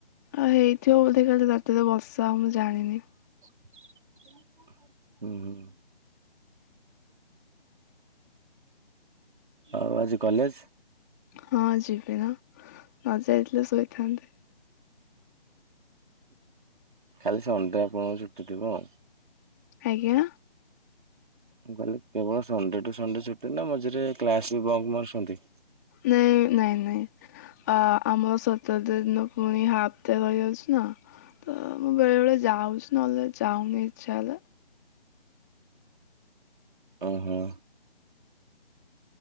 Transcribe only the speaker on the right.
ହ ହୁଁ, ହୁଁ। ଆଉ ଆଜି କଲେଜ?
ଖାଲି ସଣ୍ଡେ ଆପଣଙ୍କର ଛୁଟି ଥିବ ଆଉ?
ମୁଁ କହିଲି, କେବଳ ସଣ୍ଡେ ଟୁ ସଣ୍ଡେ ଛୁଟି ନା, ମଝିରେ କ୍ଲାସ ବି ବନ୍ଦ ମାରୁଛନ୍ତି?
ଓହୋ।